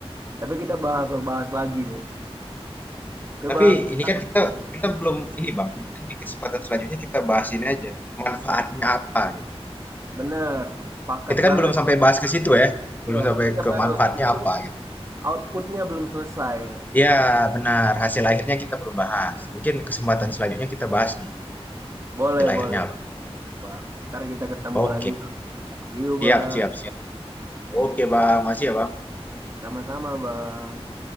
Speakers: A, on the right (about 25°); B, on the left (about 15°).
A: Tapi kita bakal bahas lagi nih. Oke
B: Tapi
A: Bang,
B: ini
A: ntar
B: kan kita
A: ya
B: kita belum ini Bang. Mungkin di kesempatan selanjutnya kita bahas ini aja. Manfaatnya apa gitu.
A: bener, sepakat
B: Kita kan
A: banget.
B: belum sampai bahas ke situ ya. Belum
A: Ya,
B: sampai
A: kita
B: ke
A: baru
B: manfaatnya
A: input,
B: apa gitu.
A: outputnya belum selesai nih.
B: Ya, benar. Hasil akhirnya kita belum bahas. Mungkin kesempatan selanjutnya kita bahas nih.
A: Boleh,
B: Hasil akhirnya
A: boleh
B: apa.
A: Bang. Ntar kita ketemu
B: Oke.
A: lagi. See you
B: Siap,
A: Bang.
B: siap, siap. Oke, Bang. Masih ya, Bang.
A: Sama-sama Bang.